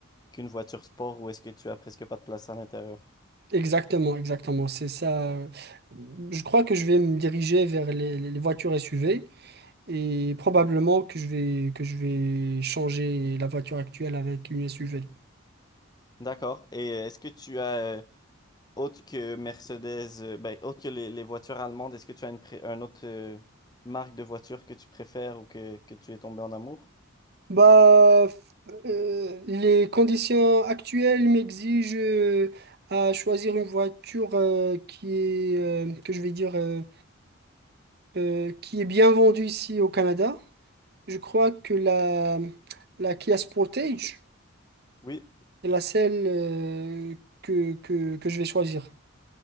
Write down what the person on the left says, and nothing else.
qu'une voiture sport où est-ce que tu as presque pas de place à l'intérieur.
D'accord. Et euh, est-ce que tu as euh, autre que Mercedes, euh, ben, autre que les, les voitures allemandes, est-ce que tu as une, pré- un autre euh, marque de voiture que tu préfères ou que, que tu es tombé en amour?
Oui.